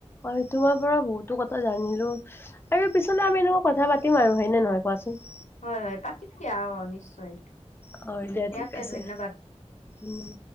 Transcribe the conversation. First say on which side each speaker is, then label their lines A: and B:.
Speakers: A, on the left; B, on the left.
A: হয় তোমাৰ পৰা বহুতো কথা জানিলো আৰু পিছলৈ আমি এনেকৈ কথা পাতিম আৰু হয়নে নহয় কোৱাচোন
B: হয় হয় পাতিম দিয়া অ নিশ্চয়
A: হয় দে
B: দিয়া
A: ঠিক
B: তে
A: আছে
B: ধন্যবাদ
A: উম